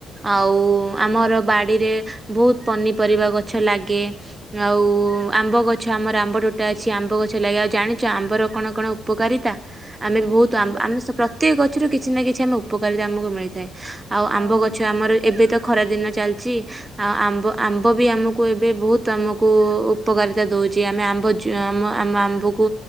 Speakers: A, on the right; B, on the right.
A: ଆଉ ଆମର ବାଡିରେ ବହୁତ ପନିପରିବା ଗଛ ଲାଗେ। ଆଉ ଆମ୍ବ ଗ ଛ ଆମର ଆମ୍ବତୋଟା ଅଛି ଆମ୍ବ ଗଛ ଲାଗେ। ଆଉ ଜାଣିଛ ଆମ୍ବର କଣ କଣ ଉପକାରିତା? ଆମେ
B: ହୁଁ
A: ବହୁତ
B: କହିଲ?
A: ଆମେ ପ୍ରତ୍ୟେକ ଗଛରୁ କିଛି ନା କିଛି ଆମେ ଉପକାରିତା ଆମକୁ ମିଳିଥାଏ। ଆଉ
B: ହଁ
A: ଆମ୍ବ ଗଛ ଆମର
B: ଜାଣି
A: ଏବେ ତ ଖରା ଦିନ ଚାଲି ଚି ଆଉ ଆମ୍ବ ଆମ୍ବ ବି ଆମକୁ ଏବେ ବହୁତ ଆମକୁ ଉପକାରିତା ଦଉ ଚି ଆମେ ଆମ୍ୱ ଚ ଆମ ଆମ୍ବକୁ